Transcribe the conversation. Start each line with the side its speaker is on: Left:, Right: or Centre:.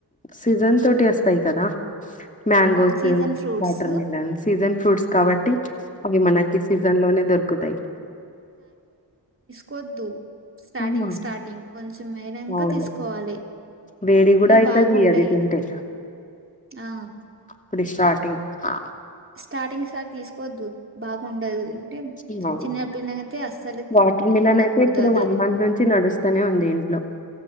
Left: సీసన్ తోటి వస్తాయి కదా mangoes
Right: season fruits
Left: water melon season fruits కాబట్టి అవి మన ఈ సీజన్ లోనే దొరుకుతాయి
Right: కొద్దు స్టార్టింగ్
Left: ఆహా,
Right: స్టార్టింగ్ కొంచెం అయినంక
Left: అవును
Right: తీసుకోవాలి
Left: వేడి
Right: ఇప్పుడు
Left: కూడా అయితది
Right: బాగుండయి
Left: అది తింటే
Right: ఆ
Left: ఇప్పుడి స్టార్టింగ్ ఆ
Right: స్టార్టింగ్ స్టార్ట్ తీసుకోద్దు బాగుండదు
Left: <unintelligible>
Right: చిన్న పిల్లలైతే అస్సలు తి-
Left: వాటర్ మిలన్
Right: తినకూడదు
Left: అయితే ఇప్పుడు
Right: అది
Left: వన్ మంత్ నుంచి నడుస్తనే ఉంది ఏంటి ట్లో